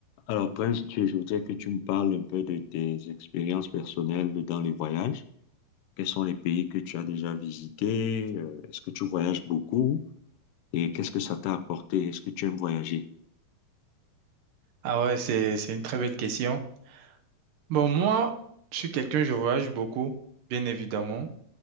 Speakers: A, on the left; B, on the right.
A: Alors, Prince, tu- je voudrais que tu me parles un peu de tes expériences personnelles dans les voyages. Quels sont les pays que tu as déjà visités? Euh, Est-ce que tu voyages beaucoup? Et qu'est-ce que ça t'a apporté? Est-ce que tu aimes voyager?
B: Ah ouais, c'est, c'est une très belle question. Bon, moi, je suis quelqu'un, je voyage beaucoup, bien évidemment,